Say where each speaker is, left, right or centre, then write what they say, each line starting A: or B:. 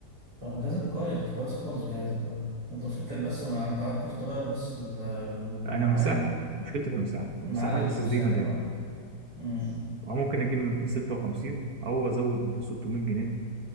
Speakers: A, on the right; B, on the right.
A: طب ما جهازك كويس كويس خالص جهازك ده. انت مشكلتك بس ما انت محتاج تغير بس ال- المعالج
B: انا مساحه مشكلتي في المساحه المساحه
A: المعالج
B: الاس
A: ومساحة
B: اس دي مليان
A: اه أمم.
B: او ممكن اجيب من 256 او ازود 600 جنيه